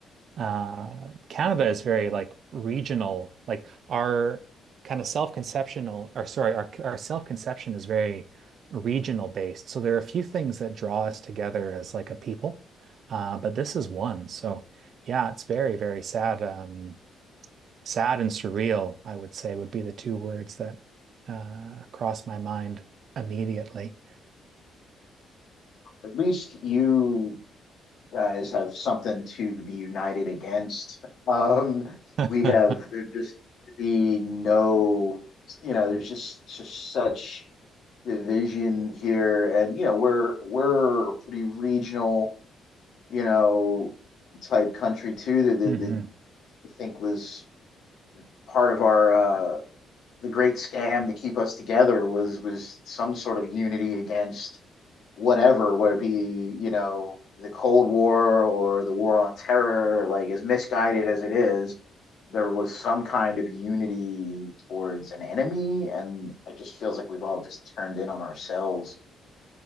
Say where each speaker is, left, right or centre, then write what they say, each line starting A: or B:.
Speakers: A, on the right (about 60°); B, on the left (about 70°).
A: uh Canada is very like regional like our kind of self-conceptional or sorry our our self-conception is very regional based so there are a few things that draw us together as like a people uh but this is one so yeah it's very very sad um sad and surreal I would say would be the two words that uh cross my mind immediately
B: at least you guys have something to be united against. Um,
A: <laughs>
B: we have there just be no, you know, there's just just such division here, and you know we're we're a pretty regional, you know, type country too. That that,
A: hmm
B: that I think was part of our uh, the great scam to keep us together was was some sort of unity against whatever, whether it be, you know, the Cold War or the War on Terror, like as misguided as it is, there was some kind of unity towards an enemy. And it just feels like we've all just turned in on ourselves.